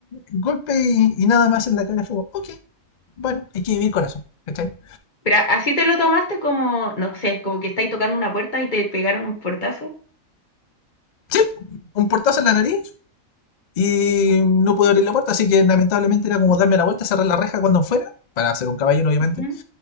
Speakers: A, on the left (about 70°); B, on the left (about 35°).
A: golpe y, y nada más en la cara. Fue como, ok, bueno, hay que vivir con eso, ¿cachai?
B: Pero a- así te lo tomaste como, no sé, como que estáis tocando una puerta y te pegaron un portazo.
A: Sí, un portazo en la nariz y no pude abrir la puerta, así que lamentablemente era como darme la vuelta, cerrar la reja cuando fuera, para ser un caballero obviamente,
B: Ujú.